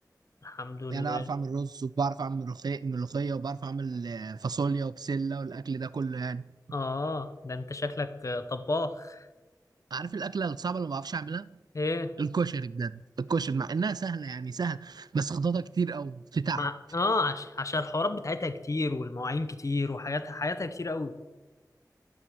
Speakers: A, on the left (about 50°); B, on the right (about 75°).
A: الحمد لله
B: يعني اعرف اعمل رز وبعرف اعمل ملوخيه ملوخيه وبعرف اعمل آه، فاصوليا وبسله والاكل ده كله يعني
A: آه ده أنت شكلك آه، طباخ
B: عارف الاكله الصعبه اللي ما بعرفش اعملها
A: إيه؟
B: الكشري بجد الكشري مع انها سهله يعني سهل بس خططها كتير او في تعب
A: مع... آه عش... عشان الحوارات بتاعتها كتير والمواعين كتير وحاجاتها حياتها كتير قوي